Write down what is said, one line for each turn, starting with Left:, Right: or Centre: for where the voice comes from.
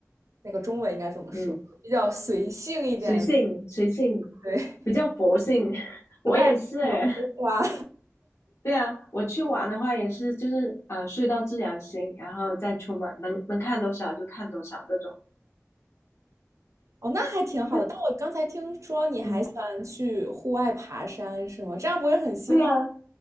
Right: 那个中文应该怎么说，
Left: 嗯，
Right: 比较随性一点的，
Left: 随性随性，
Right: 对，
Left: 比较佛性，<laughs>
Right: 不太
Left: 我也是诶。<laughs>
Right: 花。
Left: 对啊，我去玩的话也是，就是啊睡到自然醒，然后再出门，能能看多少就看多少这种。
Right: 哦，那还挺好的。
Left: 嗯
Right: 但我刚才听说你还喜欢去户外爬山，
Left: 嗯，
Right: 是吗？这样不会很辛苦？
Left: 对啊，